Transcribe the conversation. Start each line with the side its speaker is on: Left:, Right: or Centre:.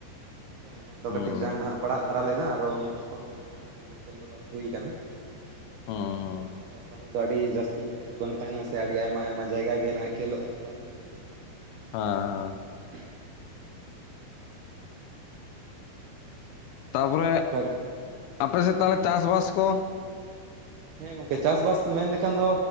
Right: ᱦᱮᱸ ᱢᱮᱱᱫᱚ
Left: ᱦᱩᱸ
Right: ᱠᱟᱹᱴᱤᱡ ᱡᱟᱝ
Left: ᱦᱩᱸ
Right: ᱱᱟᱦ ᱯᱟᱲᱟᱜ ᱫᱷᱟᱨᱟ ᱞᱮᱱᱟ ᱟᱫᱚ ᱩᱱ ᱚᱠᱛᱚ ᱠᱷᱚ ᱜᱮᱱᱟᱜᱼᱼ ᱯᱷᱩᱴᱵᱚᱞ ᱠᱷᱮᱞ ᱫᱚ ᱵᱷᱟᱜᱤ ᱦᱩᱭ ᱟᱠᱟᱱᱟ
Left: ᱦᱩᱸ
Right: ᱦᱮᱸ ᱵᱟᱝᱠᱷᱟᱱ ᱫᱚ ᱯᱟᱹᱦᱤᱞᱼᱼ ᱟᱹᱰᱤ ᱡᱟᱹᱥᱛᱤ ᱠᱷᱮᱞ ᱦᱩᱭᱩᱜ ᱛᱟᱦᱮᱱᱟ ᱥᱮ ᱟᱹᱰᱤ ᱟᱭᱢᱟᱼ ᱟᱭᱢᱟ ᱡᱟᱭᱜᱟ ᱜᱮ ᱱᱟᱦᱟᱜ ᱠᱷᱮᱞᱳᱜ ᱪᱟᱞᱟᱣ ᱦᱩᱭ ᱞᱮᱱᱟ ᱾
Left: ᱦᱸᱻ
Right: <inaudible> <inaudible>
Left: ᱛᱟᱯᱚᱨᱮ
Right: ᱚᱱᱠᱟ
Left: ᱟᱯᱮᱥᱮᱫ ᱛᱟᱦᱚᱞᱮ ᱪᱟᱥ ᱵᱟᱥ ᱠᱚᱼᱼ
Right: ᱦᱮᱸ ᱜᱚᱝᱠᱮ ᱪᱟᱥᱵᱟᱥ ᱫᱚ ᱢᱮᱱ ᱞᱮᱠᱷᱟᱱ ᱫᱚᱼᱼ